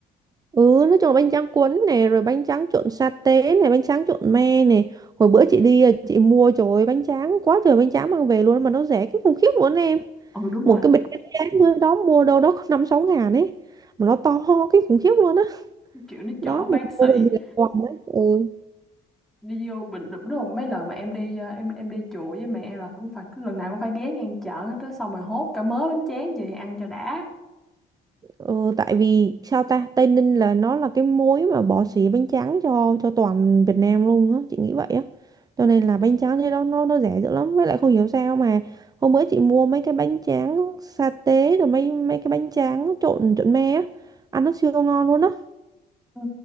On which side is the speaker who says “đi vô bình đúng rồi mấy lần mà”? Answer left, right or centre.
Centre